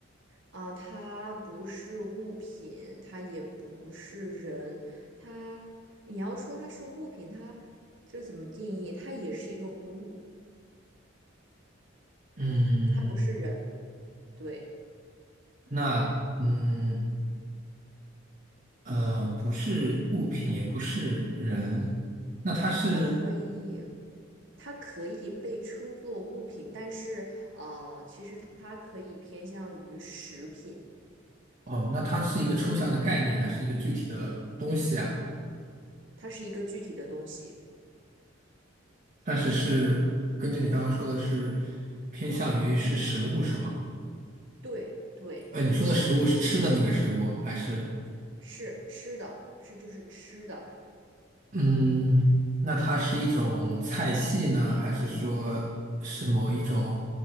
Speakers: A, on the right; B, on the right.
A: 啊，它不是物品，它也不是人，它，你要说它是物品，它就是怎么定义？它也是一个物，
B: 嗯，
A: 它不是人，对，
B: 那嗯呃，不是物品，也不是人。那它是
A: 它，它可以，它可以被称作物品，但是呃，其实它可以偏向于食品，
B: 哦，那它是一个抽象的概念，还是一个具体的东西啊？
A: 它是一个具体的东西，
B: 但是是根据你刚刚说的是偏向于是食物，是吗？
A: 对对，
B: 呃，你说的食物是吃的那个食物，还是？
A: 是吃的，是就是吃的。
B: 嗯，那它是一种菜系呢，还是说是某一种